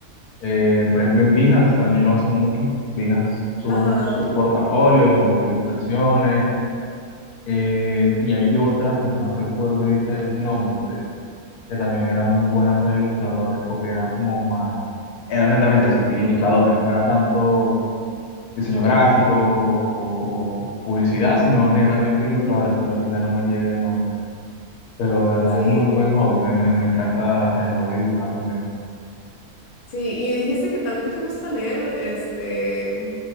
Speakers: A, on the left (about 80°); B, on the left (about 60°).
A: Eh, por ejemplo, en Behance también lo hacen mucho. Behance suben
B: ajá.
A: sus portafolios o ilustraciones eh, y hay otra, pero no recuerdo ahorita el nombre, que también era muy buena para ilustradores, porque era como más, era netamente eso, pues, ilustradores, no era tanto diseño gráfico o, o publicidad, sino netamente ilustradores,
B: ujú,
A: pero ahorita no me llega el nombre. Pero de verdad
B: Sí,
A: es muy buen hobby, me, me, me encanta el hobby de dibujar también.
B: sí, y dijiste que también te gusta leer este